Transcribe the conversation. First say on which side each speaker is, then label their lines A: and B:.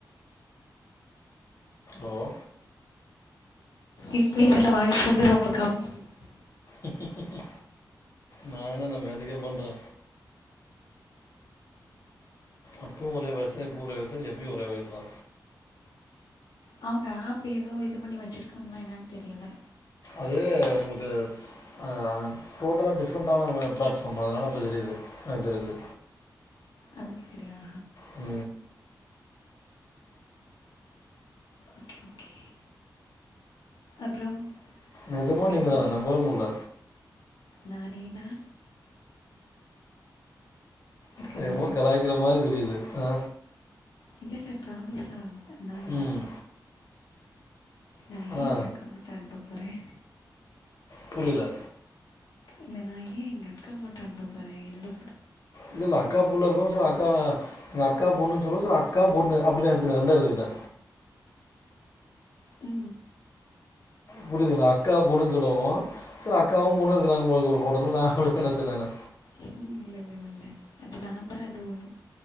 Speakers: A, on the left; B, on the left.
A: உ ஓ
B: இப்ப இதுல வாய்ஸ் வந்து ரொம்ப கம்மியா கேக்கு
A: உ நா என்னென்ன மேஜிக்கா பண்றே அப்பே ஒரே வயசுா இப்ப ஒரே வயசு எப்போயு ஒரே வயசுதா
B: அவங்க ஆப் ஏதோ இது பண்ணி வச்சிருக்காங்களா என்னென்னு தெரியல
A: அது உங்களுக்கு உ ஆ டோட்டலா டிஃப்ரெண்ட்டான பிளாட்ஃபார்ம் அதனால அப்டி தெரியுது எனக்கு தெரிஞ்சு
B: அது சரியா
A: உ
B: ஓகே ஓகே அப்புறம்
A: நிஜமா
B: அங்கே
A: நீங்க
B: எப்படி
A: தானா நம்பவே முடில
B: நானே தா இருக்கேனா
A: உ என்னமோ கலாய்க்கிற மாதிரி தெரியுது ஆ
B: இல்ல இல்ல ப்ராமிசா நாந்தா
A: ம்
B: நா
A: ஆனா
B: ஏ எங்க அக்கா போட் அனுப்ப போறே
A: புரியல
B: இல்ல நா ஏ எங்க அக்கா ஃபோட்டா அனுப்ப போறே என்னோட
A: இல்லல்ல அக்கா புள்ள இருக்கவு செரி அக்கா உங்கக்காபொண்ணு சொல்லவு செரி அக்கா பொண்ணு அப்டிதா எடுத்துட்டே ரெண்டா எடுத்துக்கிட்டே
B: உ
A: புரியுதுங்களா அக்கா பொண்ணு சொல்லவோ சரி அக்காவும் ஒண்ணு இருக்கிறாங்க இருக்குறாங்க போல ஒரு போட்டோல நான் அப்படிதா நினச்சே நானு
B: இல்லை இல்லை இல்லை இல்லை அது நான் தான் அது ஒன்